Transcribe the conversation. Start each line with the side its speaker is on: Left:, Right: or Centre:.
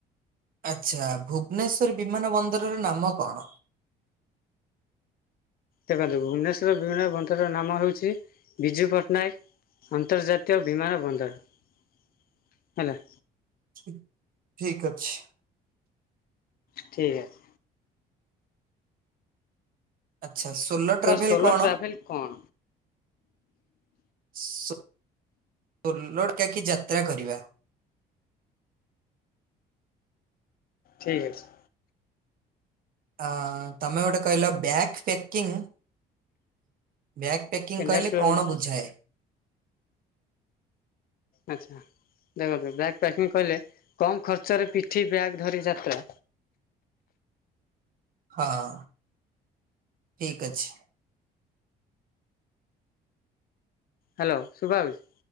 Right: ଆଚ୍ଛା ଭୁବନେଶ୍ଵର ବିମାନ ବନ୍ଦରର ନାମ କଣ।
Left: ଦେଖନ୍ତୁ ଭୁବନେଶ୍ୱର ବିମାନ ବନ୍ଦର ର ନାମ ହେଉଛି ବିଜୁ ପଟ୍ଟନାୟକ। ଅନ୍ତର୍ଜାତୀୟ ବିମାନ ବନ୍ଦର ହେଲା।
Right: ଠିକ୍ ଠିକ ଅଛି।
Left: ଠିକ୍ ଅଛି।
Right: ଆଚ୍ଛା ସୋଲୋ
Left: ତ
Right: ଟ୍ରାଭେଲ
Left: ସୋଲୋ
Right: କଣ।
Left: ଟ୍ରାଭେଲ୍ କଣ?
Right: ସୋ ଲୋଡ ଟ୍ୟାକି ଯାତ୍ରା କରିବା।
Left: ଠିକ୍ ଅଛି।
Right: ଆଁ ତମେ ଗୋଟେ କହିଲ ବ୍ୟାଗ୍ ପ୍ୟାକିଂ ବ୍ୟାଗ୍। ପ୍ୟାକିଂ
Left: କେ
Right: କହିଲେ
Left: ନେକ୍ସଟ
Right: କଣ
Left: ରହୁଛି
Right: ବୁଝାଏ।
Left: ଆଛା ଦେଖନ୍ତୁ ବ୍ୟାଗ୍ ପ୍ୟାକିଂ କହିଲେ କମ୍ ଖର୍ଚ୍ଚରେ ପିଠି ବ୍ୟାଗ ଧରି ଯାତ୍ରା।
Right: ହଁ ଠିକ ଅଛି।
Left: ହାଲୋ ସୁଭାଯାଉଚି।